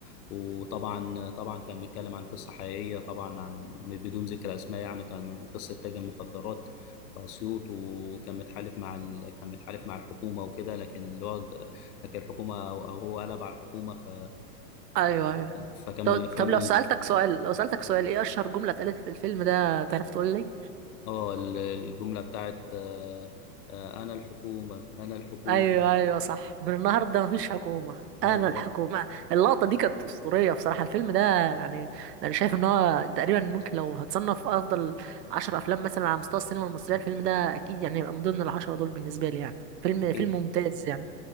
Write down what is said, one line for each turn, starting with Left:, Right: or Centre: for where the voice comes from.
Left: وطبعا طبعا كان بيتكلم عن قصه حقيقيه طبعا عن بدون ذكر اسماء يعني كان قصه تاجر مخدرات في اسيوط وكان متحالف مع ال... كان متحالف مع الحكومه وكده لكن الوضع لكن الحكومه او أو هو قلب على الحكومه ف
Right: ايوه ايوه
Left: فكان
Right: طب
Left: من الافلام
Right: طب لو
Left: ال...
Right: سالتك سؤال لو سالتك سؤال ايه اشهر جمله اتقالت في الفيلم ده تعرف تقول لي
Left: اه ال- الجمله بتاعت آه آه انا الحكومه انا الحكومه
Right: ايوه ايوه صح من النهارده مفيش حكومه
Left: ايوه
Right: انا الحكومه اللقطه دي كانت اسطوريه بصراحه الفيلم ده يعني انا شايف ان هو تقريبا ممكن لو هتصنف افضل عشر افلام مثلا على مستوى السينما المصريه الفيلم ده اكيد يعني يبقى من ضمن العشره دول بالنسبه لي يعني فيلم
Left: اكيد
Right: فيلم ممتاز يعني